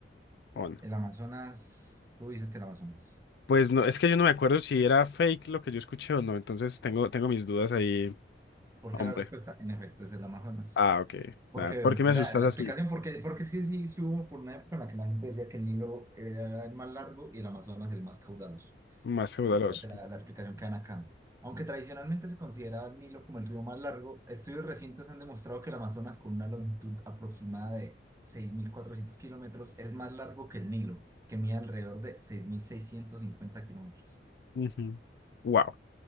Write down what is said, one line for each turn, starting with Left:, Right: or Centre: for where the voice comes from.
Left: ¿O no?
Right: El Amazonas, tú dices que el Amazonas.
Left: Pues no, es que yo no me acuerdo si era fake lo que yo escuché o no, entonces tengo, tengo mis dudas ahí,
Right: Porque
Left: hombre.
Right: la respuesta, en efecto, es el Amazonas.
Left: Ah, ok.
Right: Porque,
Left: Nada, ¿por qué me
Right: vea,
Left: asustas
Right: la
Left: así?
Right: explicación, porque, porque sí, sí, sí hubo por una época en la que la gente decía que el Nilo era el más largo y el Amazonas el más caudaloso.
Left: Más caudaloso.
Right: Pero creo que la, la explicación queda acá. Aunque tradicionalmente se consideraba el Nilo como el río más largo, estudios recientes han demostrado que el Amazonas, con una longitud aproximada de 6.400 kilómetros, es más largo que el Nilo, que mide alrededor de 6.650 kilómetros.
Left: Ujú. Wow,